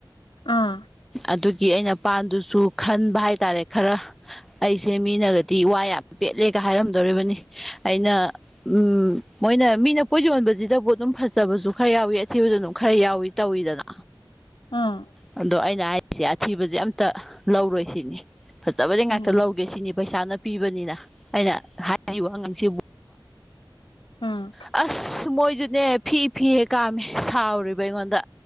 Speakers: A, on the left; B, in the centre.
A: ꯑꯥ
B: ꯑꯗꯨꯒꯤ ꯑꯩꯅ ꯄꯥꯟꯗꯨꯁꯨ ꯈꯟꯕ ꯍꯥꯏꯇꯥꯔꯦ ꯈꯔ ꯑꯩꯁꯦ ꯃꯤꯅꯒꯗꯤ ꯋꯥ ꯌꯥꯝ ꯄꯦꯠꯂꯦꯒ ꯍꯥꯏꯔꯝꯗꯣꯔꯤꯕꯅꯤ ꯑꯩꯅ ꯎꯝ ꯃꯣꯏꯅ ꯃꯤꯅ ꯄꯣꯠ ꯌꯣꯟꯕꯁꯤꯗꯕꯨ ꯑꯗꯨꯝ ꯐꯖꯕꯁꯨ ꯈꯔ ꯌꯥꯎꯏꯤ ꯑꯊꯤꯕꯗ ꯑꯗꯨꯝ ꯈꯔ ꯌꯥꯎꯏ ꯇꯧꯋꯤꯗꯅ
A: ꯑꯥ
B: ꯑꯗꯣ ꯑꯩꯅ ꯍꯥꯏꯔꯤꯁꯦ ꯑꯊꯤꯕꯁꯦ ꯑꯝꯇ ꯂꯧꯔꯣꯏ ꯁꯤꯅꯤ ꯐꯖꯕꯗꯤ ꯉꯥꯛꯇ
A: ꯎꯝ
B: ꯂꯧꯒꯦ ꯁꯤꯅꯤ ꯄꯩꯁꯥꯅ ꯄꯤꯕꯅꯤꯅ ꯑꯩꯅ ꯍꯥꯏꯔꯤꯕ ꯑꯉꯥꯡꯁꯤꯕꯨ
A: ꯑꯥ
B: ꯑꯁ ꯃꯣꯏꯁꯨꯅꯦ ꯐꯤ ꯐꯤ ꯀꯥꯝꯃꯦ ꯁꯥꯎꯔꯤꯕ ꯑꯩꯉꯣꯟꯗ